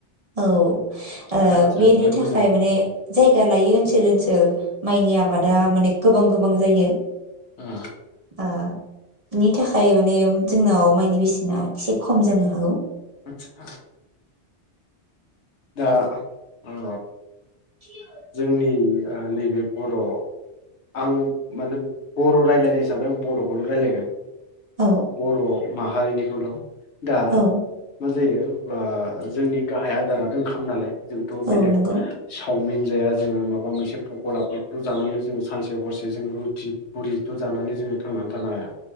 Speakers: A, on the right (about 35°); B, on the left (about 70°).
A: औ ओ
B: आदसा
A: बेनि
B: जोबोद
A: थाखाय
B: मोजां
A: माने जायगा लायो ओनसोल ओनसोल माइनि आबादा माने गोबां गोबां जायो।
B: ओ
A: ओ नि थाखाय माने जोंनाव माइनि बेसेना एसे खम जानो हागौ।
B: आतसा दा ओ
A: <inaudible>
B: जोंनि ओ नैबे बर' आं माने बर' रायजलायनाय हिसाबै आं बर'खौल रायलायगोन।
A: औ
B: बर' माहारिनिखौल दा
A: औ
B: मा जायो बा जोंनि गाहाय आदारानो ओंखाम नालाय, जोंथ बेलेग
A: औ नंगौ
B: चावमिन जाया जोङो माबा मोनसे पकराफोरखौ जानानै जोङो सानसे हरसे जोङो रुथि पुरिथ जानानै जोङो थांनानै थानो हाया।